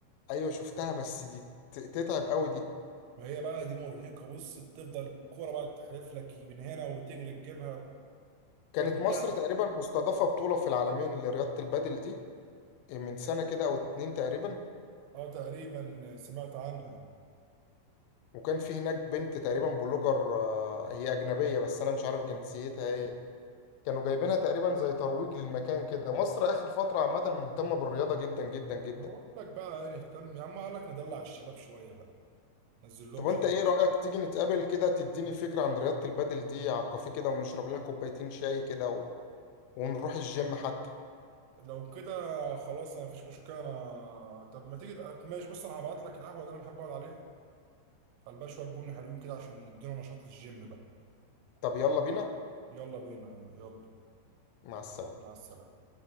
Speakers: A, on the left; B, on the right.
A: ايوه شفتها بس دي ت- تتعب قوي دي
B: ما هي بقى دي مرهقة بص بتفضل الكورة بقى تحلف لك من هنا وتجري تجيبها
A: كانت
B: هتتلعب
A: مصر تقريبا مستضافه بطوله في العالمين لرياضه البادل دي آه، من سنه كده او اتنين تقريبا
B: اه تقريبا سمعت عنها
A: وكان في هناك بنت تقريبا بلوجر آه، هي أجنبية بس أنا مش عارف جنسيتها إيه كانوا جايبينها تقريبا زي ترويج للمكان كده مصر آخر فترة عامة مهتمة بالرياضة جدا جدا جدا
B: هو قال لك بقى إيه، نهتم يا عم قال لك ندلع الشباب شوية بقى نزل لهم
A: طب وأنت
B: شوية
A: إيه رأيك تيجي نتقابل كده تديني فكرة عن رياضة البادل دي على الكافيه كده ونشرب لنا كوبايتين شاي كده و... ونروح الجيم حتى
B: لو كده خلاص انا مفيش مشكله انا طب ما تيجي تق- ماشي بص انا هبعت لك القهوه اللي انا بحب اقعد عليها قلبها شويه بني حلوين كده عشان يدينا نشاط للجيم بقى
A: طب يلا بينا
B: يلا بينا يلا
A: مع السلامة
B: مع السلامه